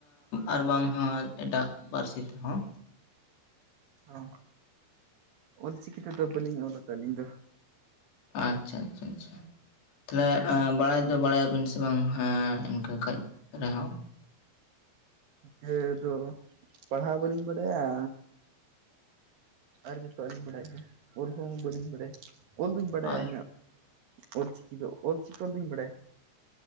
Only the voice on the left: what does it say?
ᱟᱨ ᱵᱟᱝ ᱦᱚᱸ ᱮᱴᱟᱜ ᱯᱟᱹᱨᱥᱤ ᱛᱮᱦᱚᱸ
ᱟᱪᱪᱷᱟ ᱟᱪᱪᱷᱟ ᱟᱪᱷᱟ ᱛᱟᱦᱚᱞᱮ ᱵᱟᱲᱟᱭ ᱫᱚ ᱵᱟᱲᱟᱭᱟᱵᱤᱱ ᱥᱮ ᱵᱟᱝ ᱦᱮᱸ ᱤᱱᱠᱟᱹ ᱠᱟᱹᱡ ᱨᱮᱦᱚᱸ
ᱟᱨ